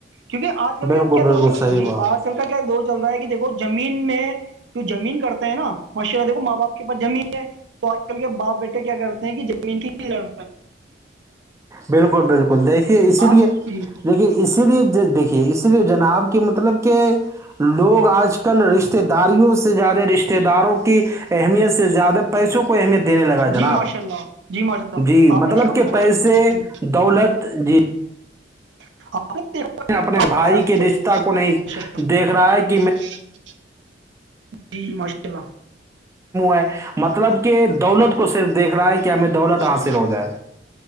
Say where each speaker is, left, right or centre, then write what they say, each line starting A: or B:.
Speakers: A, on the right; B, on the right.
A: کیونکہ آج کل
B: بالکل
A: کے کیا دور
B: بالکل صحیح
A: جی
B: بات
A: آج کل کا کیا دور چل رہا ہے کہ دیکھو زمین میں تو زمین کرتے ہیں نا ماشاء اللہ دیکھو ماں باپ کے پس زمین ہے تو آج کل کے باپ بیٹے کیا کرتے ہیں کہ ج
B: بالکل بالکل دیکھیے اسی
A: آ
B: لیے
A: جی
B: دیکھیے اسی لیے دیکھیے اسی لیے جناب کے مطلب کہ لوگ آج کل رشتے داریوں سے زیادہ رشتے داروں کی اہمیت سے زیادہ پیسوں کو اہمیت دینے لگا جناب
A: جی ماشاء اللہ جی ماشاء اللہ
B: جی
A: آپ
B: مطلب
A: نے دیکھا ہوگا
B: پیسے
A: کہ ج
B: دولت
A: <inaudible>
B: اپنے بھائی کے رشتہ کو نہیں دیکھ رہا ہے کہ
A: جی ماشاء اللہ
B: ہے مطلب کہ دولت کو صرف دیکھ رہا ہے کہ ہمیں دولت
A: جی
B: حاصل ہو جائے